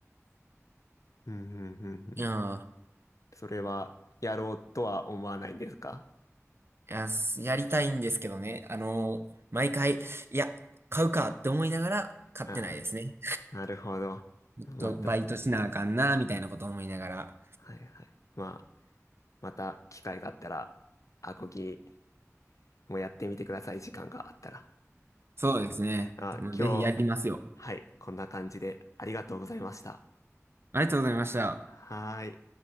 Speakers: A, on the left (about 80°); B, on the right (about 50°).
A: うん、うん、うん、うんうん
B: いや
A: それはやろうとは思わないんですか
B: ー、いや、すやりたいんですけどね。あの、毎回、いや、買うかって思いながら、買ってないですね。
A: ああ、なるほど。
B: ちょっとバイトしなあかんな、
A: また、
B: みたいなこと思いながら。
A: はいはい。まあ、また機会があったら、アコギもやってみてください。時間があったら。
B: そうですね。
A: あ、
B: もうぜひやりますよ。
A: 今日、はい、こんな感じでありがとうございました。
B: ありがとうございました。
A: はーい。